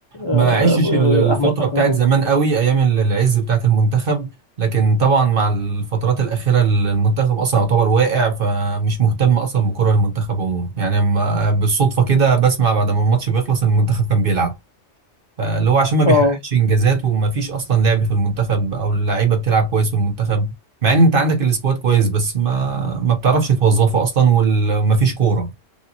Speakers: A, on the left; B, on the right.
A: آه،
B: ما عشش ال- الفتره
A: احمد حسن
B: بتاعت
A: و...
B: زمان قوي ايام ال- العز بتاعت المنتخب لكن طبعا مع الفترات الاخيره ال- المنتخب اصلا يعتبر واقع فمش مهتم اصلا بكره المنتخب عموما يعني ما- بالصدفه كده بسمع بعد ما الماتش بيخلص ان المنتخب كان بيلعب فاللي هو عشان ما بيحققش
A: اه
B: انجازات وما فيش اصلا لعب في المنتخب او اللعيبه بتلعب كويس في المنتخب مع ان انت عندك السكواد كويس بس ما ما بتعرفش توظفه اصلا وما فيش كوره